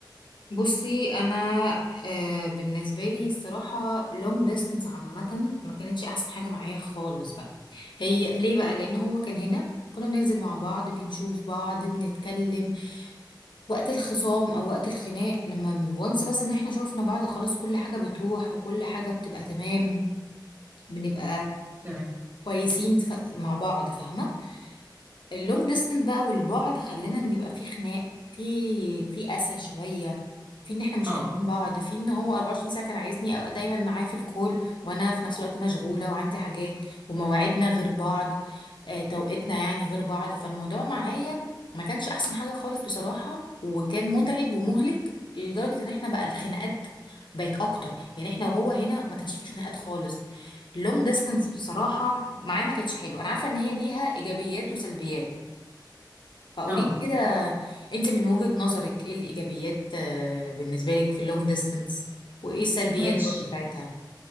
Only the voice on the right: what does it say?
تمام
اه
اه
ماشي